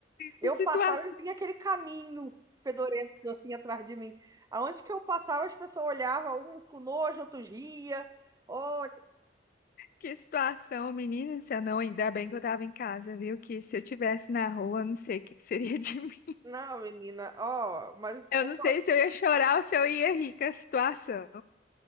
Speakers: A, on the right; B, on the left.
A: Eu
B: que situação!
A: passava e vinha aquele caminho fedorento assim atrás de mim. Aonde que eu passava, as pessoas olhavam, um com nojo, outros ria. Olha,
B: Que situação, menina, se eu não, ainda bem que eu tava em casa, viu? Que se eu tivesse na rua, eu não sei o que que seria de <laughs> mim.
A: não, menina, ó, mas
B: Eu
A: pô,
B: não sei se eu ia chorar ou se eu ia rir com a situação.